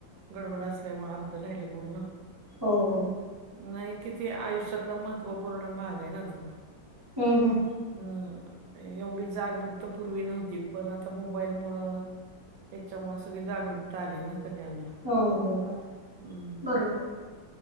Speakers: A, on the right (about 80°); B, on the right (about 25°).
A: गडबड असल्यामुळे अर्ध राहिलं बोलण
B: हो हो.
A: नाही किती आयुष्यातला महत्त्वपूर्ण भाग आहे ना तो
B: हूं हूं
A: हम् एवढी जागरूकता पूर्वी नव्हती पण आता मोबाईल मुळ याच्यामुळे सगळी जागरूकता आली ना सगळ्यांना
B: हो हो हो
A: हम्म
B: बरोबर आहे.